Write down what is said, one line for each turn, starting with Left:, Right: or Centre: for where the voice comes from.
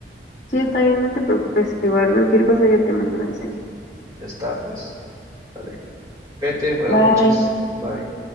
Left: Sí, está bien, no te preocupes, igual cualquier cosa yo te mando mensaje.
Right: Ya está, pues, sale. Cuídate, buenas
Left: Bye.
Right: noches, bye.